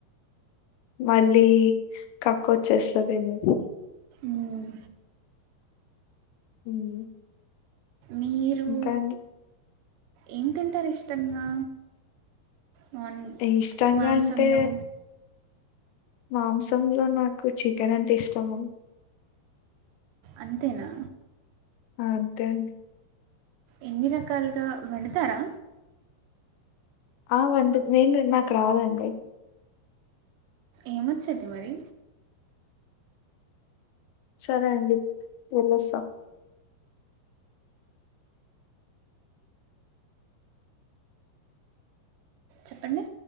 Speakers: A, on the left (about 90°); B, on the right (about 85°).
A: మళ్ళీ కక్క వచ్చేస్తుది ఏమో
B: మ్,
A: హుమ్మ్
B: మీరు
A: ఇంకా అండి
B: ఏం తింటారు ఇష్టంగా నాన్
A: ఇష్టంగా
B: మాంసంలో
A: అంటే మాంసంలో నాకు చికెన్ అంటే ఇష్టం
B: అంతేనా
A: ఆ అంతే అం
B: ఎన్ని రకాలుగా వడుతారా
A: ఆ వంట నేను నాకు రాదండి
B: ఏం మచ్చా అయితే మరి
A: సరే అండి వెళ్ళొస్తా
B: చెప్పండి